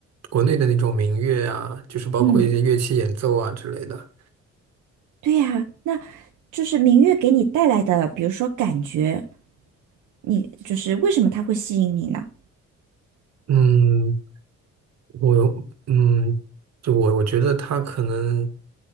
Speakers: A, on the right; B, on the right.
A: 国内的那种民乐啊，就是包括一些乐器演奏啊之类的。
B: 嗯，对呀，那就是民乐给你带来的，比如说感觉，你就是为什么它会吸引你呢？
A: 嗯，我嗯，就我我觉得他可能。